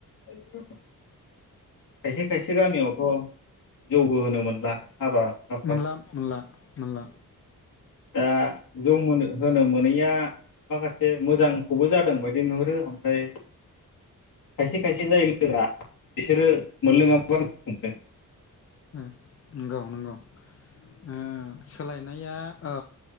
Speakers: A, on the left (about 70°); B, on the left (about 45°).
A: खायसे खायसे गामियावथ' जौबो होनो मोनला हाबा हुखाफ्राव
B: मोनला मोनला मोनला <inaudible>
A: दा जौ मोनो होनो मोनैया माखासे मोजांखौबो जादों बायदि नुहुरो ओमफ्राय खायसे खायसे जायो लोंग्रा बिसोरो मोनलोङाबा दुखु मोनो
B: उम नोंगौ नोंगौ ओ सोलाय नाया ओ